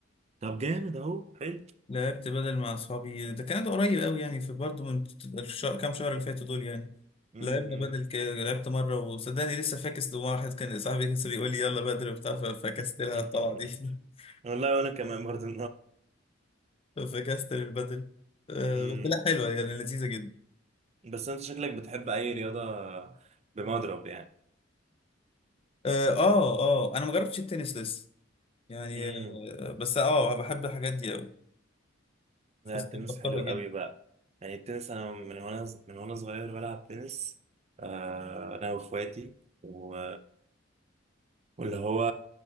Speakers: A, on the right; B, on the left.
A: طب جامد اهو حلو
B: لعبت بدل مع اصحابي ده كان ده قريب قوي يعني في برضه من الش... كام شهر اللي فاتوا دول يعني
A: امم
B: لعبنا بدل ك... لعبت مره وصدقني لسه فاكس لواحد كان صاحبي لسه بيقول لي يلا بدل وبتاع ف- فكست
A: <laughs>
B: لها الطلعه دي <laughs>
A: والله وانا كمان برضه
B: فكست البدل آه،
A: امم
B: بس لا حلوه يعني لذيذه جدا
A: بس انت شكلك بتحب اي رياضة بمضرب يعني
B: اه اه آه، انا ما جربتش التنس لسه يعني
A: امم
B: آه، بس اه بحب الحاجات دي قوي
A: لا
B: فاستلطفتها
A: التنس حلو
B: جدا
A: قوي بقى يعني التنس انا من وانا من وانا صغير بلعب تنس آه انا واخواتي و... واللي هو